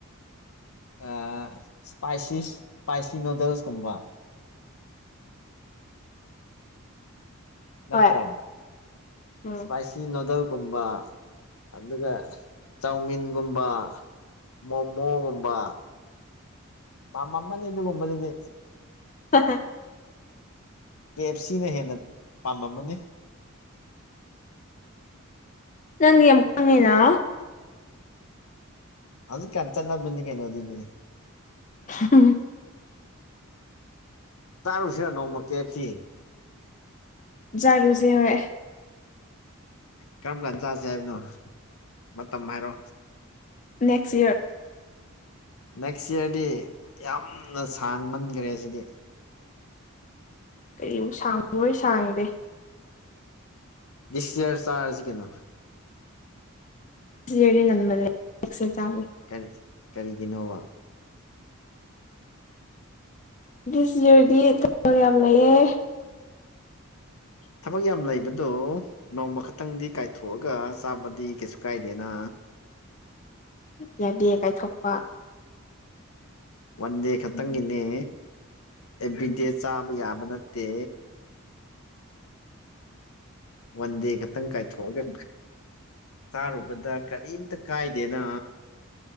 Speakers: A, on the left; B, on the left.
A: ꯑ ꯏꯁꯄꯥꯏꯁꯤꯁ ꯏꯁꯄꯥꯏꯁꯤ ꯅꯨꯗꯜꯁꯀꯨꯝꯕ ꯅꯠꯇ꯭ꯔꯣ
B: ꯍꯣꯏ ꯎꯝ
A: ꯏꯁꯄꯥꯏꯁꯤ ꯅꯨꯗꯜꯒꯨꯝꯕ ꯑꯗꯨꯒ ꯆꯧꯃꯤꯟꯒꯨꯝꯕ ꯃꯣꯃꯣꯒꯨꯝꯕ ꯄꯥꯝꯃꯝꯃꯅꯤ ꯑꯗꯨꯒꯨꯝꯕꯗꯨꯗꯤ
B: ꯍꯥꯍꯥ
A: ꯀꯦ ꯑꯦꯞ ꯁꯤꯅ ꯍꯦꯟꯅ ꯄꯥꯝꯃꯝꯃꯅꯤ
B: ꯅꯪꯗꯤ ꯌꯥꯝ ꯈꯪꯉꯦꯅ
A: ꯍꯧꯖꯤꯛ ꯀꯥꯟ ꯆꯠꯅꯕꯅꯤ ꯀꯩꯅꯣ ꯑꯗꯨꯗꯤ
B: <unintelligible>
A: ꯇꯥꯔꯨꯁꯤꯔ ꯅꯣꯡꯃ ꯀꯦꯞꯁꯤ
B: ꯖꯥꯔꯨꯁꯦ ꯍꯣꯏ
A: ꯀꯔꯝ ꯀꯥꯟ ꯆꯥꯖꯦ ꯍꯥꯏꯕꯅꯣ ꯃꯇꯝ ꯍꯥꯏꯔꯣ
B: ꯅꯦꯛꯁ ꯌ ꯏꯌꯔ
A: ꯅꯦꯛꯁ ꯏꯌꯥꯔꯗꯤ ꯌꯥꯝꯅ ꯁꯥꯡꯃꯟꯈ꯭ꯔꯦ ꯁꯤꯗꯤ꯫
B: ꯀꯔꯤ ꯁꯥꯡꯉꯍꯣꯏ ꯁꯥꯡꯗꯦ
A: ꯗꯤꯁꯌꯔ ꯆꯥꯔꯖꯤ ꯀꯩꯅꯣ
B: ꯁꯤꯔꯗꯤ ꯉꯟꯕ ꯂꯩ ꯑꯦꯛꯁ ꯆꯥꯒꯦ
A: ꯀꯔꯤ ꯀꯔꯤꯒꯤꯅꯣꯕ
B: ꯗꯤꯁ ꯌꯥꯔꯗꯤ ꯊꯕꯛ ꯌꯥꯝ ꯂꯩꯑꯦ
A: ꯊꯕꯛ ꯌꯥꯝ ꯂꯩꯕꯗꯨꯣ ꯅꯣꯡꯃ ꯈꯛꯇꯪꯗꯤ ꯀꯥꯏꯊꯣꯛꯑꯒ ꯆꯥꯕꯗꯤ ꯀꯩꯁꯨ ꯀꯥꯏꯗꯦꯅ
B: ꯌꯥꯗꯦ ꯀꯥꯏꯊꯣꯛꯄ
A: ꯋꯥꯟ ꯗꯦ ꯈꯠꯇꯪꯒꯤꯅꯤ ꯑꯦꯕ꯭ꯔꯤꯗꯦ ꯆꯥꯕ ꯌꯥꯕ ꯅꯠꯇꯦ ꯋꯥꯟ ꯗꯦ ꯈꯛꯇꯪ ꯀꯥꯏꯊꯣꯛꯑꯒ ꯆꯥꯔꯨꯕꯗ ꯀꯔꯤꯝꯇ ꯀꯥꯏꯗꯦꯅ